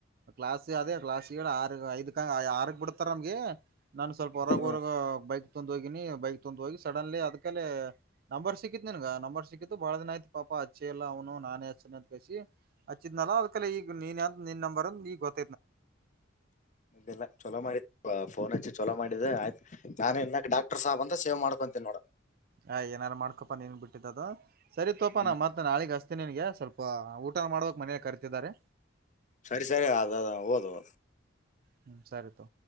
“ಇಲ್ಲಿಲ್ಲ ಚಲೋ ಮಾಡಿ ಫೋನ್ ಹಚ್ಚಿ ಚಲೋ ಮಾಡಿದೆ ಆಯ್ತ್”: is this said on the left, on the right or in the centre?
Left